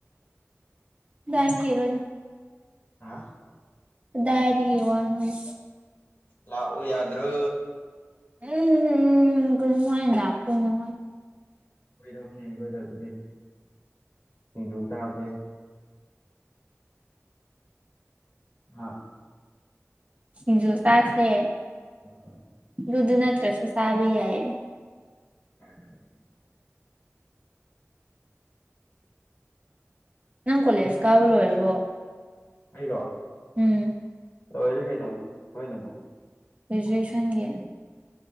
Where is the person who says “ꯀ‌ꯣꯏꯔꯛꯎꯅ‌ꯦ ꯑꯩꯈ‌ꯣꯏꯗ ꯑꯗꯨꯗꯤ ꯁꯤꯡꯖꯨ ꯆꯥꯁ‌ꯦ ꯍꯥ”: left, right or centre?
Left